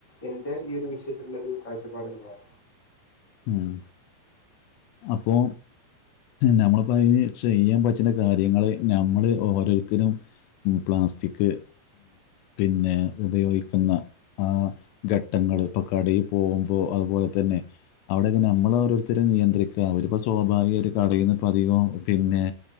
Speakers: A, in the centre; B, on the left.
A: ഇന്റെ ഈ ഒരു വിഷയത്തിലുള്ള ഒരു കാഴ്ചപ്പാട് എന്നുള്ളതാ
B: ഉം അപ്പോ നമ്മളപ്പോ അയ്ന് ചെയ്യാൻ പറ്റുന്ന കാര്യങ്ങള് നമ്മള് ഓരോരുത്തരും ഉ പ്ലാസ്റ്റിക് പിന്നെ ഉപയോഗിക്കുന്ന ആ ഘട്ടങ്ങ മ്മള് ഇപ്പൊ കടയിൽ പോകുമ്പോ അതുപോലെ തന്നെ അവിടെയൊക്കെ നമ്മള് ഓരോരുത്തരെ നിയന്ത്രിക്കുക അവരിപ്പോ സ്വാഭാവികയിട്ട് കടേന്ന് പതിവോ പിന്നെ